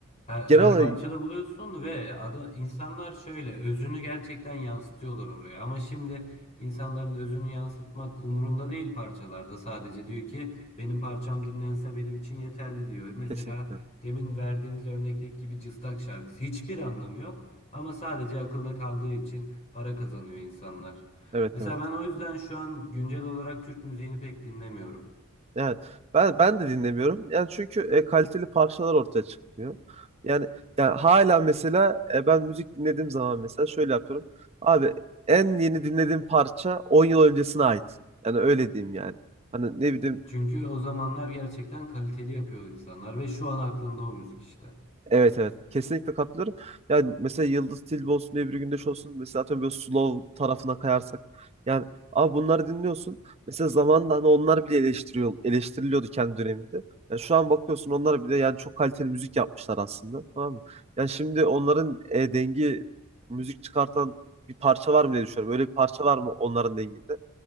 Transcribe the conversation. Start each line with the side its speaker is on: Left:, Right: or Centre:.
Left: Her,
Right: genel
Left: her
Right: olarak
Left: parçada buluyorsun ve ada, insanlar şöyle özünü gerçekten yansıtıyorlar oraya. Ama şimdi insanların özünü yansıtmak umurunda değil parçalarda. Sadece diyor ki benim parçam dinlense benim için yeterli diyor. Mesela
Right: kesinlikle.
Left: demin verdiğiniz örnekteki gibi Cıstak şarkısı. Hiçbir anlamı yok ama sadece akılda kaldığı için para kazanıyor insanlar.
Right: Evet
Left: Mesela
Right: evet.
Left: ben o yüzden şu an güncel olarak Türk müziğini pek dinlemiyorum.
Right: Yani ben ben de dinlemiyorum. Yani çünkü e, kaliteli parçalar ortaya çıkmıyor. Yani yani hala mesela e, ben müzik dinlediğim zaman mesela şöyle yapıyorum. Abi en yeni dinlediğim parça 10 yıl öncesine ait. Yani öyle diyeyim yani. Hani ne bileyim
Left: Çünkü o zamanlar gerçekten kaliteli yapıyor insanlar ve şu an aklında o müzik işte.
Right: Evet evet kesinlikle katılıyorum. Yani mesela Yıldız Tilbe olsun Ebru Gündeş olsun mesela atıyorum böyle slow tarafına kayarsak yani abi bunları dinliyorsun. Mesela zamanında hani onlar bile eleştiriyor eleştiriliyordu kendi döneminde. Yani şu an bakıyorsun onlar bile yani çok kaliteli müzik yapmışlar aslında tamam mı? Yani şimdi onların e, dengi müzik çıkartan bir parça var mı diye düşünüyorum. Öyle bir parça var mı onların denginde?